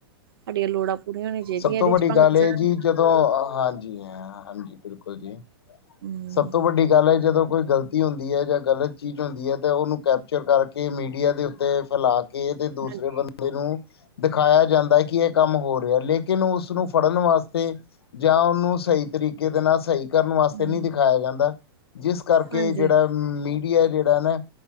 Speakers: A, on the right (about 65°); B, on the left (about 80°).
A: ਸਾਡੀਆਂ ਲੋੜਾਂ। ਪੂਰੀਆਂ ਹੋਣੀਆਂ ਚਾਹੀਦੀਆਂ
B: ਸਭ ਤੋਂ
A: ਇਹਦੇ
B: ਵੱਡੀ
A: ਚ ਭਾਵੇਂ
B: ਗੱਲ
A: ਕਿਸੇ
B: ਇਹ
A: ਦਾ
B: ਜੀ ਜਦੋਂ ਹਾਂਜੀ ਹੈ। ਹਾਂਜੀ ਬਿਲਕੁਲ ਜੀ,
A: ਹਮ
B: ਸਭ ਤੋਂ ਵੱਡੀ ਗੱਲ ਹੈ ਜਦੋਂ ਕੋਈ ਗਲਤੀ। ਗਲਤੀ ਹੁੰਦੀ ਹੈ ਜਾਂ ਗਲਤ ਚੀਜ਼ ਹੁੰਦੀ ਹੈ ਤਾਂ ਉਹਨੂੰ ਕੈਪਚਰ ਕਰਕੇ ਮੀਡੀਆ ਦੇ ਉੱਤੇ ਫੈਲਾ। ਕੇ ਤੇ ਦੂਸਰੇ
A: ਹਾਂਜੀ,
B: ਬੰਦੇ ਨੂੰ, ਦਿਖਾਇਆ ਜਾਂਦਾ ਕਿ ਇਹ ਕੰਮ ਹੋ ਰਿਹਾ ਲੇਕਿਨ। ਲੇਕਿਨ ਉਸਨੂੰ ਫੜਨ ਵਾਸਤੇ, ਜਾਂ ਉਹਨੂੰ ਸਹੀ ਤਰੀਕੇ ਦੇ ਨਾਲ ਸਹੀ। ਕਰਨ ਵਾਸਤੇ
A: ਹਾਂਜੀ,
B: ਨਹੀਂ ਦਿਖਾਇਆ ਜਾਂਦਾ, ਜਿਸ ਕਰਕੇ
A: ਹਾਂਜੀ,
B: ਜਿਹੜਾ ਮੀਡੀਆ, ਜਿਹੜਾ ਨਾ।